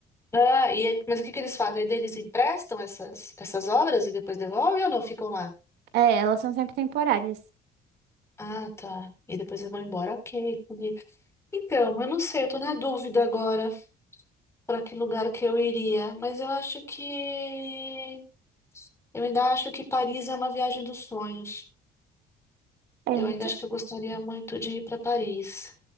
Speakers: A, on the left (about 15°); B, on the right (about 80°).
A: Ah, e, aí- mas o que que eles fazem? Aí Eles emprestam essas, essas obras e depois devolvem ou não ficam lá?
B: É, elas são sempre temporárias.
A: Ah, tá. E depois eu vou embora. Ok. entendi. Então, eu não sei, eu tô na dúvida agora para que lugar que eu iria, mas eu acho que eu ainda acho que Paris é uma viagem dos sonhos.
B: É, então,
A: Eu ainda acho que eu gostaria muito de ir para Paris.